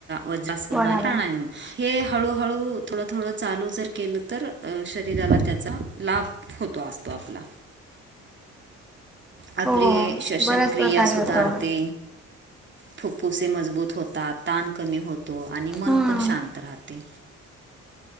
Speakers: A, on the right; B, in the centre.
A: वज अस
B: बराबर
A: आणि हे हळूहळू थोडं थोडं चालू जर केलं तर शरीराला त्याचा लाभ होतो असतो आपला.
B: <inaudible>
A: आपली
B: हो
A: श्वसनक्रिया
B: बऱ्याच प्रकारे
A: सुधारते
B: होतो.
A: फुफ्फुसे मजबूत होतात ताण कमी होतो आणि मन
B: हम्म
A: पण शांत राहते.